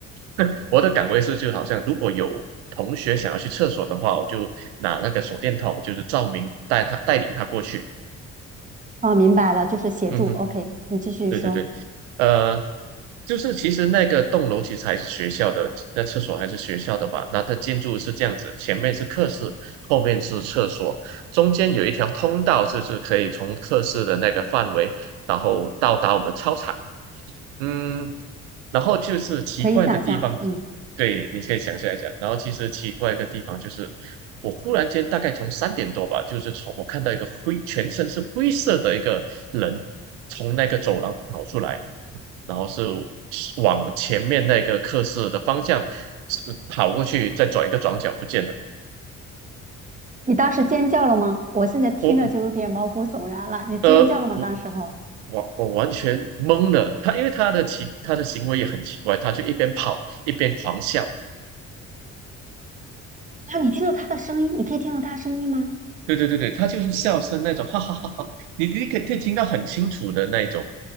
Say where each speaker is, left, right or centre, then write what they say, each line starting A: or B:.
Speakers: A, on the right; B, on the right.
A: <laughs> 我的岗位是，就好像如果有同学想要去厕所的话，我就拿那个手电筒，就是照明带他带领他过去。
B: 哦，明白了，就是协助。
A: 嗯哼，
B: OK，你继续说，
A: 对对对，呃，就是其实那个栋楼其实还是学校的，那厕所还是学校的吧？那它建筑是这样子，前面是课室，后面是厕所，中间有一条通道，就是可以从课室的那个范围，然后到达我们操场。嗯，然后就是奇怪的地方，
B: 可以想象，嗯，
A: 对，你可以想象一下。然后其实奇怪的地方就是，我忽然间大概从三点多吧，就是从我看到一个灰，全身是灰色的一个人从那个走廊跑出来，然后是往前面那个课室的方向呃跑过去，再转一个转角不见了。
B: 你当时尖叫了吗？我现在听着就有点毛骨悚然了，
A: 我我
B: 你尖叫了吗？
A: 呃我
B: 当时候？
A: 我我完全懵了，他因为他的奇他的行为也很奇怪，他就一边跑一边狂笑。
B: 啊，你听到他的声音，你可以听到他的声音吗？
A: 对对对对，他就是笑声那种，哈哈哈哈，你你可可以听到很清楚的那种。